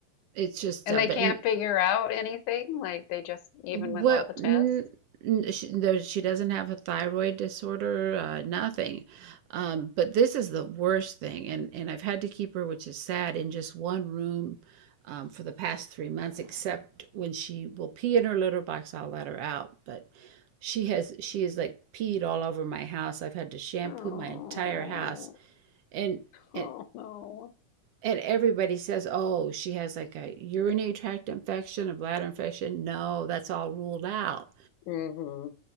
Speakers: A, on the right; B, on the left.
A: it's just
B: And
A: uh,
B: they
A: but
B: can't figure out anything, like they just even
A: Well,
B: with all the tests.
A: n n she there she doesn't have a thyroid disorder, uh, nothing, um, but this is the worst thing, and and I've had to keep her, which is sad, in just one room, um, for the past three months, except when she will pee in her litter box, I'll let her out, but she has she is like peed all over my house. I've had to shampoo
B: Oh,
A: my entire house, and
B: oh
A: and
B: no.
A: and everybody says, "Oh, she has like a urinary tract infection, a bladder infection." No, that's all ruled out
B: hmm